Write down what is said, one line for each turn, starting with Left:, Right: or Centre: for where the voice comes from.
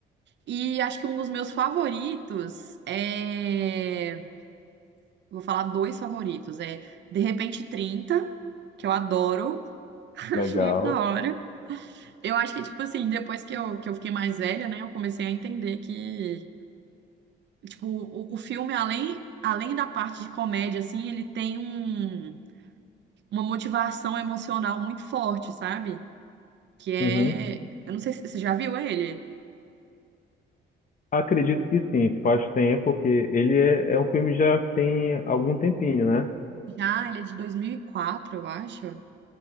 Right: E acho que um dos meus favoritos é. Vou falar dois favoritos. É De Repente trinta que eu adoro. <laughs> Acho
Left: legal.
Right: muito da hora. Eu acho que, tipo assim, depois que eu, que eu fiquei mais velha, né, eu comecei a entender que, tipo, o, o filme, além, além da parte de comédia, assim, ele tem um uma motivação emocional muito forte, sabe? Que é.
Left: Uhum.
Right: Eu não sei se você já viu ele.
Left: Acredito que sim, faz tempo que ele é, é um filme já que tem algum tempinho, né?
Right: Já, ele é de 2004, eu acho.